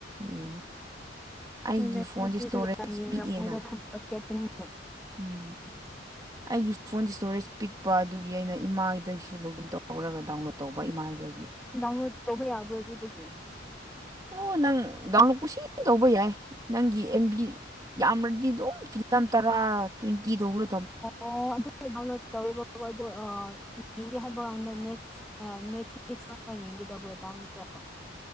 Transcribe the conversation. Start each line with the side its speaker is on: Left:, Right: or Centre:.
Right: ꯌꯦꯡꯉ ꯑꯩꯒꯤ
Centre: ꯃꯣꯏ ꯅꯠꯇꯁꯨ
Right: ꯐꯣꯟꯁꯦ ꯏꯁꯇꯣꯔꯦꯖ
Centre: ꯌꯥꯝ ꯌꯦꯡꯅ
Right: ꯄꯤꯛꯑꯦꯅ
Centre: ꯃꯣꯏꯗ ꯊꯗꯛ ꯆꯠꯄꯅꯤꯗ
Right: ꯎꯝ ꯑꯩꯒꯤ ꯐꯣꯟꯒꯤ ꯏꯁꯇꯣꯔꯦꯖ ꯄꯤꯛꯄ ꯑꯗꯨꯒꯤ ꯑꯩꯅ ꯏꯃꯥꯒꯤꯗꯒꯤꯁꯨ ꯂꯣꯒꯏꯟ ꯇꯧꯔꯒ ꯗꯥꯎꯟꯂꯣꯗ ꯇꯧꯕ ꯏꯃꯥꯗꯒꯤ
Centre: ꯗꯥꯎꯟꯔꯣꯠ ꯇꯧ ꯕꯔ꯭ꯗꯨꯗꯒꯤ
Right: ꯑꯣ ꯅꯪ ꯗꯥꯎꯟꯂꯣꯗ ꯀꯨꯁꯤ ꯇꯧꯕ ꯌꯥꯏ ꯅꯪꯒꯤ ꯑꯦꯝ ꯕꯤ ꯌꯥꯝꯔꯗꯤ ꯑꯗꯨꯝ ꯐꯤꯂꯝ ꯇꯔꯥ ꯇ꯭ꯋꯦꯟꯇꯤ ꯗꯧꯔ
Centre: ꯑꯣ ꯑꯗꯨ ꯇꯧꯔꯤꯕꯡꯒ <unintelligible> ꯅꯦꯛꯁ ꯅꯦꯠ ꯐꯤꯛꯁꯌꯦꯡꯒꯦ ꯇꯣ꯭ꯔꯦꯗꯥꯠꯇꯣ <unintelligible>